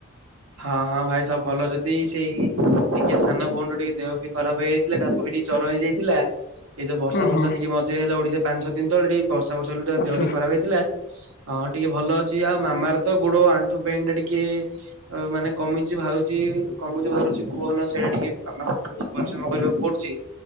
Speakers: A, on the right; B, on the left.
A: ହଁ ହଁ ଭାଇ ସବୁ ଭଲ ଅଛନ୍ତି ସେଇ ଟିକେ ସାନ ଭଉଣି ର ଟିକେ ଦେହ ଖରାପ ହେଇଯାଇଥିଲା ତାକୁ ବି ଟିକେ ଜର ହେଇଯାଇଥିଲା। ଏଇ ଯଉ ବର୍ଷା
B: ହଁ
A: ଫର୍ଶା
B: ହଁ
A: ଟିକେ ମଝିରେ ହେଲା ଓଡିଶା ପାଞ୍ଚ ଛ ଦିନ ତଳେ ଟ ବର୍ଷା ବର୍ଷ ହେତୁ
B: ଆଚ୍ଛା
A: ଦେହ ଟି ଖରାପ ହେଇଥିଲା। ହଁ ଟିକେ ଭଲ ଅଛି ଆଉ ମାମାର ତ ଗୋଡ ଆଣ୍ଠୁ ପେନ୍ ଟା ଟିକେ ଅ ମାନେ କମୁଛି ବାହାରୁଛି କମୁଛି ବାହାରୁଛି କୁହନା ସେଇଟା ଟିକେ ମାମାଙ୍କୁ ବହୁତ ପରିଶ୍ରମ କରିବାକୁ ପଡୁଛି।